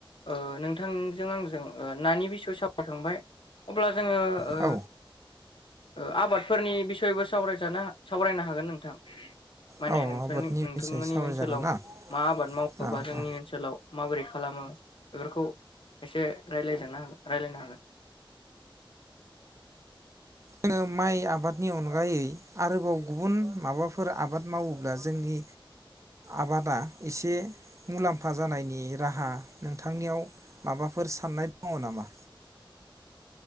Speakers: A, on the left (about 70°); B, on the right (about 35°).
A: ओ नोंथांजों आंजों ओ नानि बिसय सावरायखांबाय अब्ला जोङो ओ
B: औ
A: ओ आबादफोरनि बिसयबो सावरायजानो सावरायनो हागोन नोंथां। माने
B: औ
A: नोंसोरनि
B: आबादनि
A: नोंथांमोननि
B: बिसय सावरायजागोन
A: ओन ओनसोलाव
B: ना
A: मा आबाद मावो
B: औ
A: बा जोंनि
B: औ
A: ओनसोलाव माबोरै खालामो बेफोरखौ एसे रायलायजेननो हागोन रायलायनो हागोन।
B: जोङो माइ आबादनि अनगायै आरोबाव गुबुन माबाफोर आबाद मावोब्ला जोंनि आबादा एसे मुलाम्फा जानायनि राहा नोंथांनियाव माबाफोर साननाय दङ नामा?